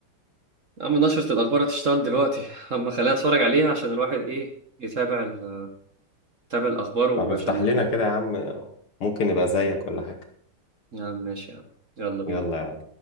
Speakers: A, on the right; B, on the left.
A: يا عم نشرة الأخبار هتشتغل دلوقتي أما خليها أتفرج عليها عشان الواحد إيه يتابع ال- يتابع الأخبار وعشان
B: طب افتح لنا كده يا عم ممكن نبقى زيك ولا حاجه
A: يا عم ماشي يا عم يلا بينا
B: يلا يا